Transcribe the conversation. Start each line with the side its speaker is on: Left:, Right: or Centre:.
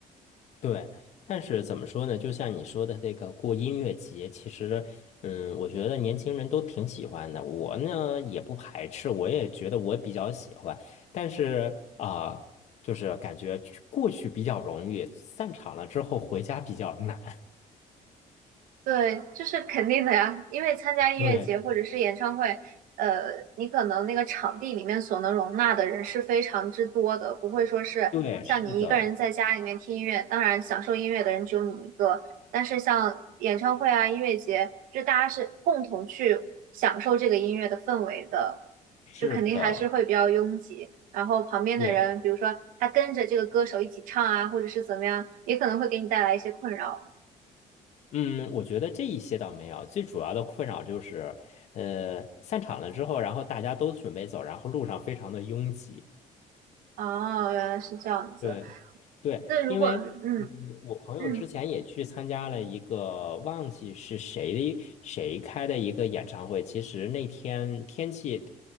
Left: 对，但是怎么说呢？就像你说的这个过音乐节，其实，嗯，我觉得年轻人都挺喜欢的。我呢也不排斥，我也觉得我比较喜欢。但是啊、就是感觉去过去比较容易，散场了之后回家比较难。<laughs>
Right: 对，这是肯定的呀，因为参加音乐节或者是演唱会，
Left: 对，
Right: 呃，你可能那个场地里面所能容纳的人是非常之多的，不会说是像你一个人在家里面听音乐，
Left: 对，是的，
Right: 当然享受音乐的人只有你一个，但是像演唱会啊、音乐节，就大家是共同去享受这个音乐的氛围的，
Left: 是的，
Right: 就肯定还是会比较拥挤，然后旁边的人，
Left: 对。
Right: 比如说他跟着这个歌手一起唱啊，或者是怎么样，也可能会给你带来一些困扰。
Left: 嗯，我觉得这一些倒没有，最主要的困扰就是，呃，散场了之后，然后大家都准备走，然后路上非常的拥挤。
Right: 哦，原来是这样子。
Left: 对，对，
Right: 那如果嗯
Left: 因为嗯，我朋友之前也去参加了一个忘记是谁的谁开的一个演唱会。
Right: 嗯
Left: 其实那天天气